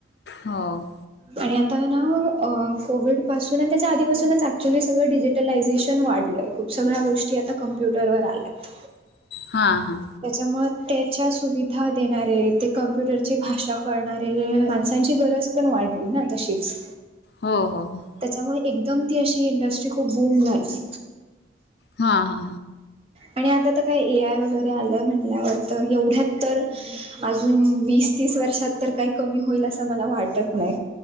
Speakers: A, on the left; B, on the right.
A: हो.
B: आणि आता ना अ कोविड पासून आणि त्याच्या आधीपासूनच ऍक्च्युली सगळं डिजिटलायझेशन वाढलंय. खूप सगळ्या गोष्टी आता कम्प्युटरवर आल्यात.
A: हां, हां.
B: त्याच्यामुळ तायच्यासुधा देणारे ते कम्प्युटरची भाषा कळणारे माणसांची गरज पण वाढली ना तशीच.
A: हो हो हो.
B: त्याच्यामुळे एकदम ती अशी इंडस्ट्री खूप बूम झाली.
A: हा हा.
B: आणि आता आता काय ए आय वगैरे आलंय म्हणल्यावर तर एवढ्यात तर अजून वीस तीस वर्षात तर काही कमी होईल असं मला वाटत नाही.